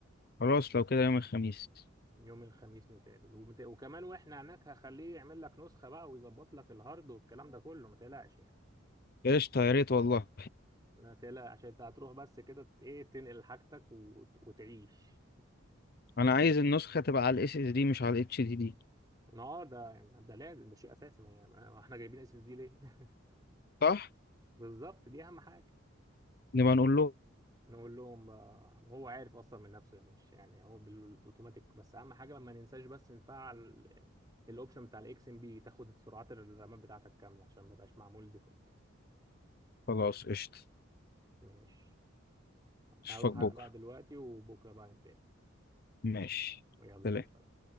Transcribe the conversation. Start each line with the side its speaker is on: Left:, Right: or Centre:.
Left: خلاص لو كده يوم الخميس
Right: يوم الخميس نتقابل وبت... وكمان واحنا هناك هخليه يعمل لك نسخه بقى ويظبط لك الهارد والكلام ده كله ما تقلقش يعني
Left: قشطة يا ريت والله
Right: لا تقلق عشان انت هتروح بس كده ت- ايه تنقل حاجتك وت... وتعيش
Left: انا عايز النسخة تبقى على الاس اس دي مش على الاتش دي دي
Right: اه ده ده لازم ده شيء اساسي ما هي- ما احنا جايبين اس اس دي ليه <laughs>
Left: صح
Right: بالظبط دي اهم حاجه
Left: نبقى نقول له
Right: نقول لهم بقى هو عارف اصلا من نفسه يعني مش يعني هو بالاوتوماتيك بس اهم حاجه ما ننساش بس نفعل الاوبشن بتاع الاكس ام بي تاخد سرعات الرامات بتاعتك كامله عشان ما يبقاش معمول ديفولت
Left: خلاص قشطة
Right: ماشي
Left: اشوفك
Right: هروح
Left: بكرة
Right: انا بقى دلوقتي وبكره بقى نتقابل
Left: ماشي
Right: يلا
Left: سلام
Right: مع السلامه